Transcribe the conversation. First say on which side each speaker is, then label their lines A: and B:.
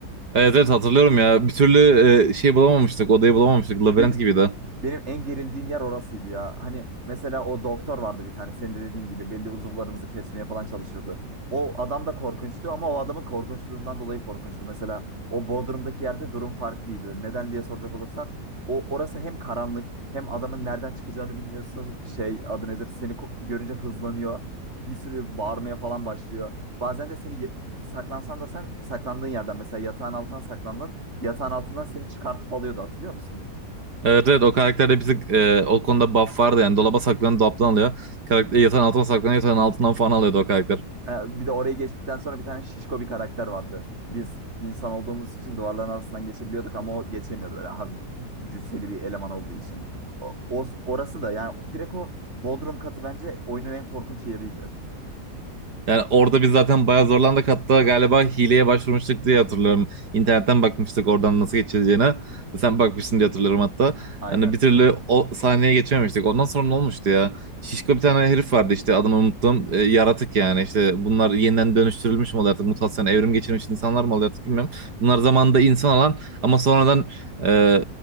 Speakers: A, on the right (about 80°); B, on the right (about 40°).
A: Evet evet hatırlıyorum ya. Bir türlü e, şey bulamamıştık, odayı bulamamıştık. Labirent
B: Benim
A: gibiydi.
B: Benim en gerildiğim yer orasıydı ya. Hani mesela o doktor vardı bir tane senin de dediğin gibi belli uzuvlarımızı kesmeye falan çalışıyordu. O adam da korkunçtu ama o adamın korkunçluğundan dolayı korkunçtu. Mesela o Bodrum'daki yerde durum farklıydı. Neden diye soracak olursan o orası hem karanlık hem adamın nereden çıkacağını bilmiyorsun. Şey adı nedir? Seni ko- görünce hızlanıyor. Bir sürü bağırmaya falan başlıyor. Bazen de seni ye- saklansan da sen saklandığın yerden mesela yatağın altına saklandın. Yatağın altından seni çıkartıp alıyordu hatırlıyor musun?
A: Evet evet o karakterde bir tık e, o konuda buff vardı yani. Dolaba saklanıp dolaptan alıyor. Karakter yatağın altına saklanıyor, yatağın altından falan alıyordu o karakter.
B: Ha, bir de orayı geçtikten sonra bir tane şişko bir karakter vardı. Biz insan olduğumuz için duvarların arasından geçebiliyorduk ama o geçemiyordu böyle hafif cüsseli bir eleman olduğu için. O, o- orası da yani direkt o Bodrum katı bence oyunun en korkunç yeriydi.
A: Yani orada biz zaten bayağı zorlandık. Hatta galiba hileye başvurmuştuk diye hatırlıyorum. İnternetten bakmıştık oradan nasıl geçileceğine. Sen bakmışsın diye hatırlıyorum hatta.
B: Aynen.
A: Yani bir türlü o sahneye geçememiştik. Ondan sonra ne olmuştu ya? Şişko bir tane herif vardı işte adını unuttum. E, yaratık yani işte bunlar yeniden dönüştürülmüş mü oluyor artık? Mutasyon, evrim geçirmiş insanlar mı oluyor artık bilmiyorum. Bunlar zamanında insan olan ama sonradan e,